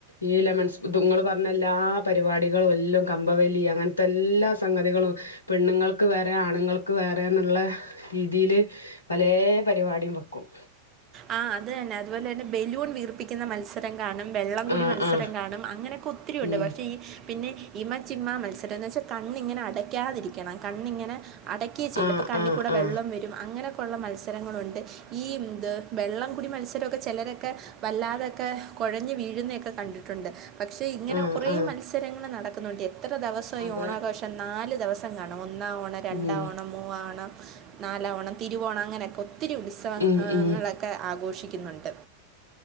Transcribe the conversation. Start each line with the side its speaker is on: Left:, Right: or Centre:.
Left: ഈ ലെമൺസ്പൂ ഇങ്ങൾ പറഞ്ഞ എല്ലാ പരിപാടികളും എല്ലാം കമ്പവലി അങ്ങനത്തെല്ലാ സംഗതികളും പെണ്ണുങ്ങൾക്ക് വേറെ ആണുങ്ങൾക്ക് വേറെ എന്നുള്ള രീതിയിൽ പലേ പരിപാടിയും വെക്കും
Right: ആഹ് അത് തന്നെ അതുപോലെ തന്നെ ബലൂൺ വീർപ്പിക്കുന്ന മത്സരങ്ങ കാണും വെള്ളംകൂടി
Left: ആ
Right: മത്സരം
Left: ആ
Right: കാണും അങ്ങനെയൊക്കെ ഒത്തിരി ഉണ്ട്
Left: ഉം
Right: പക്ഷേ ഈ പിന്നെ- ഇമ ചിമ്മാ മത്സരം എന്ന് വെച്ചാൽ കണ്ണിങ്ങനെ അടയ്ക്കാതിരിക്കണം കണ്ണിങ്ങനെ- അടക്കിയേ ചെയ്യരുത്
Left: ആ
Right: അപ്പോൾ കണ്ണിൽ
Left: ആ
Right: കൂടെ
Left: ആ
Right: വെള്ളം വരും അങ്ങനെയൊക്കെയുള്ള മത്സരങ്ങളുണ്ട് ഈ ഇത്- വെള്ളം കുടി മത്സരമൊക്കെ ചെലരൊക്കെ വല്ലാതൊക്കെ കുഴഞ്ഞ് വീഴുന്നൊക്കെ കണ്ടിട്ടുണ്ട് പക്ഷേ ഇങ്ങനെ
Left: ആ
Right: കൊറേ
Left: ആ
Right: മത്സരങ്ങൾ നടക്കുന്നുണ്ട് എത്ര ദെവസം ഈ
Left: അതെ
Right: ഓണാഘോഷം നാല് ദെവസം കാണും ഒന്നാം ഓണം രണ്ടാ
Left: ഉം
Right: ഓണം മൂവാ ഓണം നാലാം ഓണം തിരുവോണം അങ്ങനെയൊക്കെ- ഒത്തിരി ഉത്സവങ്ങള-
Left: ഉം ഉം
Right: ആഘോഷിക്കുന്നുണ്ട്